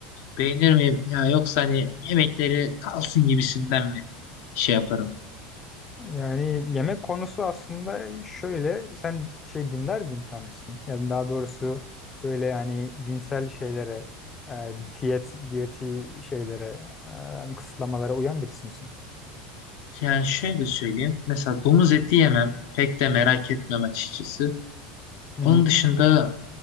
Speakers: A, on the left (about 70°); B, on the left (about 20°).
A: beğenir miyim? Ya yoksa hani yemekleri kalsın gibisinden mi şey yaparım?
B: Yani yemek konusu aslında şöyle sen şey dinler bir insan mısın? Yani daha doğrusu böyle yani dinsel şeylere, e, diyet diyeti şeylere, e, kısıtlamalara uyan birisi misin?
A: Yani şöyle söyleyeyim. Mesela domuz eti yemem. Pek de merak etmem açıkçası.
B: Hı
A: Onun
B: hı.
A: dışında